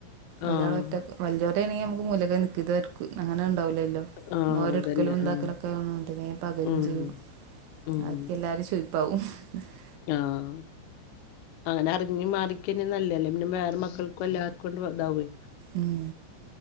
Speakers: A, on the left (about 80°); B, on the right (about 75°).
A: ആഹ്
B: ഒരാൾ ഒറ്റ വല്ലിയോര ആണെങ്കിൽമുക്ക് മുലക്കെ നിൽക്കും ഇത് അങ്ങനെ ഉണ്ടാവില്ലല്ലോ
A: ആഹ്
B: ഓരെടുക്കലും
A: അതന്നെ
B: ഇതാക്കലൊക്കെ
A: ആഹ്
B: ആണ്ട പകരും
A: ഉം
B: ചെയ്യും
A: ഉം
B: ആക്കി എല്ലാരും ചോദിക്കും <unintelligible>
A: ആഹ് അങ്ങനെ അറിഞ്ഞി മാറിക്കന്ന നല്ലല്ലേ പിന്നെ വേറെ മക്കൾക്കുംല്ലാ ഉണ്ണ്ട വാവേ
B: ഉം